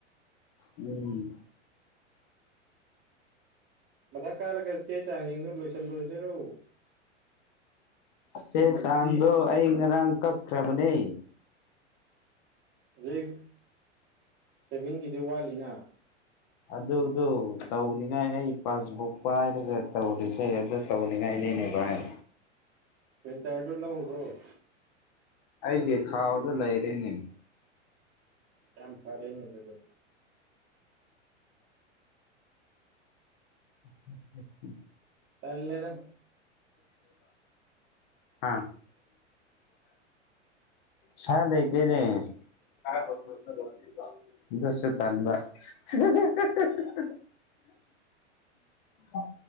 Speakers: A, on the left (about 40°); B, on the right (about 30°).
A: ꯎꯝ
B: ꯃꯊꯛ ꯀꯥꯔꯒ ꯆꯦ ꯆꯥꯡ ꯁꯤꯡꯗꯨ ꯂꯣꯏꯁꯤꯟꯂꯨꯔꯁꯤꯔꯣ
A: ꯆꯦ ꯆꯥꯡꯗꯣ ꯑꯩ ꯉꯔꯥꯡ ꯀꯛꯈ꯭ꯔꯕꯅꯦ
B: ꯍꯧꯖꯤꯛ ꯁꯦꯚꯤꯡꯒꯤꯗꯤ ꯋꯥꯠꯂꯤꯅ
A: ꯑꯗꯨꯗꯣ ꯇꯧꯅꯤꯉꯥꯏ ꯑꯩ ꯄꯥꯁꯕꯨꯛ ꯄꯥꯏꯔꯒ ꯇꯧꯔꯤꯁꯦ ꯑꯗꯨ ꯇꯧꯅꯤꯡꯉꯥꯏꯅꯦꯅꯦ ꯚꯥꯏ
B: ꯄ꯭ꯔꯤꯟꯇꯔꯗꯨ ꯂꯧꯔꯨꯔꯣ
A: ꯑꯩꯒꯤ ꯈꯥꯎꯗ ꯂꯩꯔꯦꯅꯦ
B: ꯌꯥꯝꯝ ꯐꯔꯦ ꯅꯦ ꯑꯗꯨꯗꯤ
A: ꯎꯝ ꯎꯝ ꯎꯝ
B: ꯇꯜꯂꯦꯗ
A: ꯑ ꯁꯥ ꯂꯩꯇꯦꯅꯦ ꯍꯧꯖꯤꯛꯀꯤꯗꯣ ꯑꯗꯨꯁꯨ ꯇꯟꯕ ꯍꯤꯍꯤꯍꯤꯍꯥꯍꯥ ꯍ